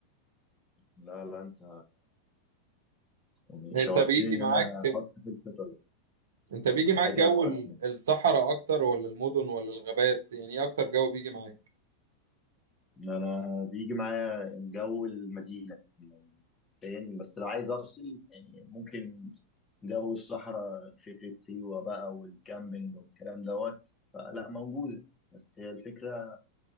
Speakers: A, on the left; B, on the right.
A: لا لا انت يعني
B: انت
A: شوقتني
B: بيجي
A: ان
B: معاك
A: انا احط في الخطط
B: انت بيجي معاك
A: حاجه
B: جو
A: في
B: ال-
A: اسيا
B: الصحراء اكتر ولا المدن ولا الغابات يعني ايه اكتر جو بيجي معاك
A: ان انا بيجي معايا جو المدينه فاهم بس لو عايز افصل يعني ممكن جو الصحراء فكره سيوه بقى والكامبينج والكلام دوت فلا موجوده بس هي الفكره